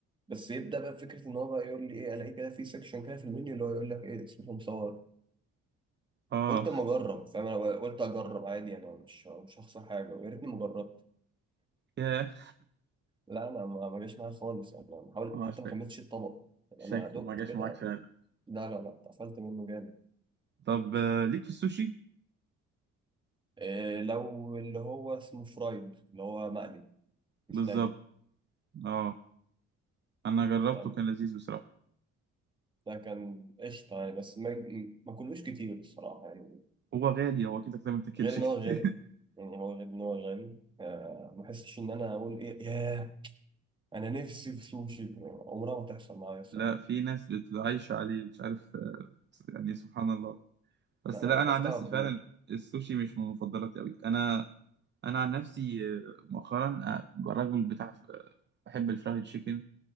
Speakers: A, on the right (about 15°); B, on the right (about 35°).
A: بس يبدأ بقى فكرة إن هو بقى يقول لي إيه ألاقي كده في سيكشن كده في المنيو اللي هو يقول لك إيه اسمه مصور
B: اه
A: قلت أما أجرب فاهم أنا قلت أجرب عادي أنا مش مش هخسر حاجة ويا ريتني مجرب
B: <laughs> ياه
A: لا انا ما ما جاش معايا خالص يعني انا حاول
B: اه
A: حتى
B: شك-
A: ما كملتش الطبق يعني
B: شكله
A: انا دقت
B: ما جاش
A: كده
B: معاك فعلا
A: لا لا لا اتقفلت منه جامد
B: طب آه، ليك في السوشي
A: إيه لو اللي هو اسمه فرايد اللي هو مقلي مش
B: بالظبط
A: ني
B: اه انا جربته
A: فاهم؟
B: كان لذيذ بصراحه
A: ده كان قشطه يعني بس ما ما كلوش كتير الصراحه يعني
B: هو غالي هو كده كده ما تاكلش
A: غير ان
B: كتير
A: هو غالي
B: <laughs>
A: يعني هو غير ان هو غالي آه ما احسش ان انا اقول ايه ياه انا نفسي في سوشي يعني عمرها ما تحصل معايا الصراحه
B: لا في ناس بتعيش عليه مش عارف آه، يعني سبحان الله بس
A: لا انا
B: لا
A: مالناش
B: انا عن
A: دعوه
B: نفسي
A: بدول
B: فعلا السوشي مش من مفضلاتي قوي انا انا عن نفسي آه، مؤخرا آه، رجل بتاع آه، بحب الفرايد تشيكن